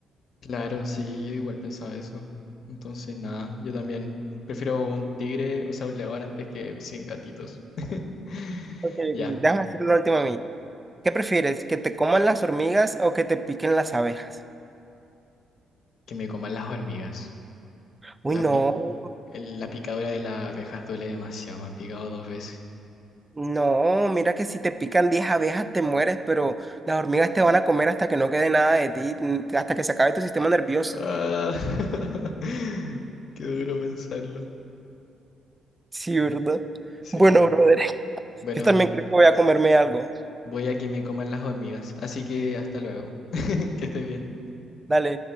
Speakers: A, on the left (about 60°); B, on the right (about 15°).
A: Claro, sí, yo igual pensaba eso. Entonces, nada, yo también prefiero un tigre, o sea, un león antes que 100 gatitos. <laughs>
B: Ok, ok,
A: Ya,
B: déjame hacer la última a mí. ¿Qué prefieres? ¿Que te coman las hormigas o que te piquen las abejas?
A: que me coman las hormigas.
B: Uy,
A: La,
B: no,
A: pi- el- la picadura de las abejas duele demasiado, me han picado dos veces.
B: no, mira que si te pican 10 abejas te mueres, pero las hormigas te van a comer hasta que no quede nada de ti, n- hasta que se acabe tu sistema nervioso.
A: Ah, <laughs> qué duro pensarlo.
B: Sí, ¿verdad?
A: Sí,
B: Bueno, brother, <laughs>
A: bueno,
B: yo también creo que voy a comerme algo.
A: voy a que me coman las hormigas, así que hasta luego, <laughs> que estés bien.
B: Dale.